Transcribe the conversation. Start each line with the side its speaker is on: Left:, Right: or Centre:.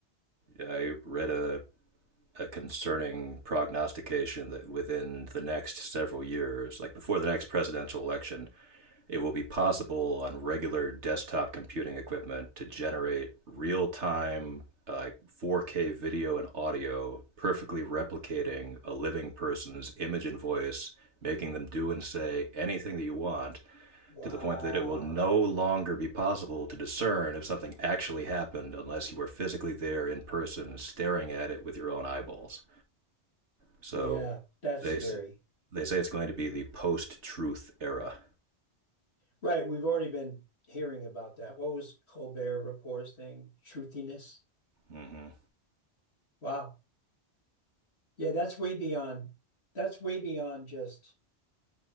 Right: I read a a concerning prognostication that within the next several years, like before the next presidential election, it will be possible on regular desktop computing equipment to generate real time uh, 4K video and audio, perfectly replicating a living person's image and voice, making them do and say anything that you want,
Left: Wow.
Right: to the point that it will no longer be possible to discern if something actually happened unless you were physically there in person, staring at it with your own eyeballs. So
Left: Yeah, that's
Right: they
Left: scary.
Right: they say it's going to be the post-truth era.
Left: Right. We've already been hearing about that. What was Colbert Report's thing? Truthiness.
Right: Mm-hmm.
Left: Wow. Yeah, that's way beyond that's way beyond just